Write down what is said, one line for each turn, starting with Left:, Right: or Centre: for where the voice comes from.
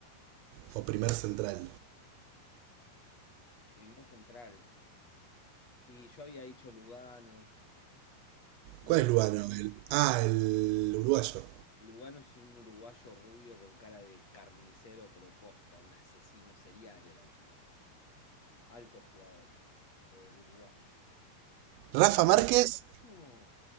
Right: O primer central.
Left: Primer central. Y yo había dicho Lugano. No
Right: ¿Cuál
Left: lo...
Right: es
Left: vi.
Right: Lugano? El- ah, el uruguayo.
Left: Lugano es un uruguayo rubio con cara de carnicero, pero posta. Un asesino serial era el chabón. Alto jugador. eh, uruguayo.
Right: Rafa
Left: Pará,
Right: Márquez.
Left: no.